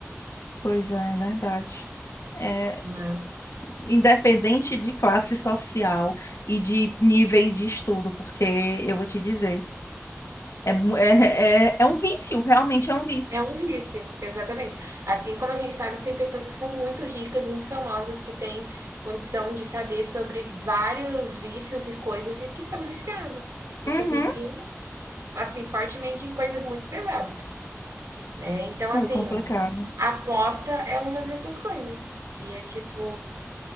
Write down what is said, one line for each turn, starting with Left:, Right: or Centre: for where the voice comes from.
Left: pois é, é verdade. É,
Right: Mas
Left: independente de classe social e de níveis de estudo, porque eu vou te dizer, é, mu- é, é, é um vício, realmente é um vício.
Right: é um vício, exatamente. Assim como a gente sabe que tem pessoas que são muito ricas, muito famosas, que têm condição de saber sobre vários vícios e coisas e que são viciadas, e que
Left: Uhum.
Right: se viciam assim, fortemente em coisas muito pesadas, né? Então,
Left: Foi
Right: assim,
Left: complicado.
Right: aposta é uma dessas coisas. E é tipo,